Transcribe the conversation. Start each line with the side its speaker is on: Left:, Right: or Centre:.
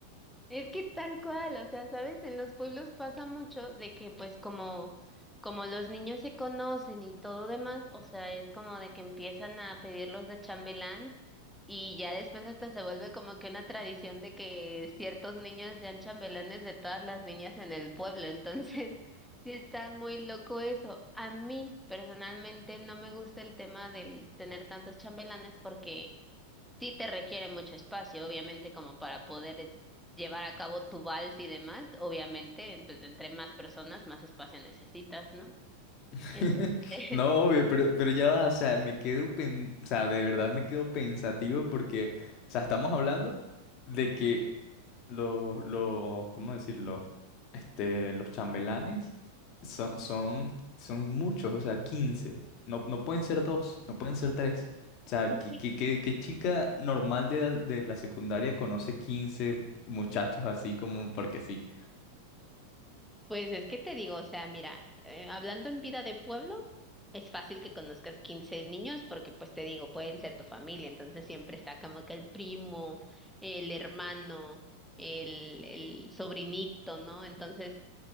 Centre: Es que tal cual, o sea, ¿sabes? En los pueblos pasa mucho de que pues como como los niños se conocen y todo demás, o sea, es como de que empiezan a pedirlos de chambelán y ya después hasta se vuelve como que una tradición de que ciertos niños sean chambelanes de todas las niñas en el pueblo, entonces <laughs> sí está muy loco eso. A mí personalmente no me gusta el tema del tener tantos chambelanes porque Sí te requiere mucho espacio, obviamente, como para poder llevar a cabo tu vals y demás, obviamente, entonces entre más personas, más espacio necesitas, ¿no?
Left: <laughs>
Centre: Entonces, <laughs>
Left: No, obvio, pero, pero ya va, o sea, me quedo, pen- o sea, de verdad me quedo pensativo porque, o sea, estamos hablando de que los, los, ¿cómo decirlo? Este, los chambelanes son, son, son muchos, o sea, 15, No, no pueden ser dos, no pueden ser tres. O sea,
Centre: es
Left: ¿qué,
Centre: que,
Left: qué- qué- qué chica normal de, de la secundaria conoce 15 muchachos así como porque sí?
Centre: pues es que te digo, o sea, mira, eh, hablando en vida de pueblo, es fácil que conozcas 15 niños porque, pues te digo, pueden ser tu familia, entonces siempre está como que el primo, el hermano, el, el sobrinito, ¿no? Entonces